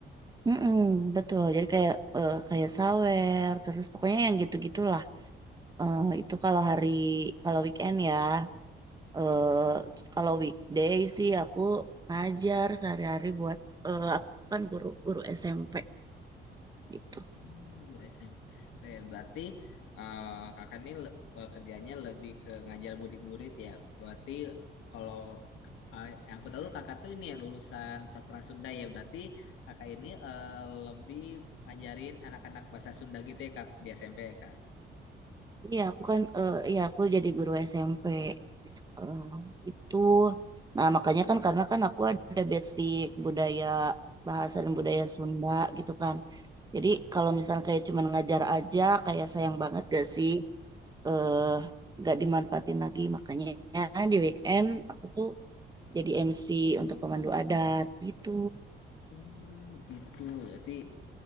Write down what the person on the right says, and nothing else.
Mm-mm, betul. Jadi kayak eh, kayak sawer, terus pokoknya yang gitu-gitu Eh, itu kalau hari kalau weekend ya. Eh kalau weekday sih aku ngajar sehari-hari buat eh, aku kan guru guru SMP gitu.
Iya aku kan eh iya aku jadi guru SMP di sekolah itu. Nah makanya kan karena kan aku ada basic budaya bahasa dan budaya Sunda gitu kan. Jadi kalau misalnya kayak cuman ngajar aja kayak sayang banget gak sih eh gak dimanfaatin lagi makanya di weekend aku tuh jadi MC untuk pemandu adat gitu.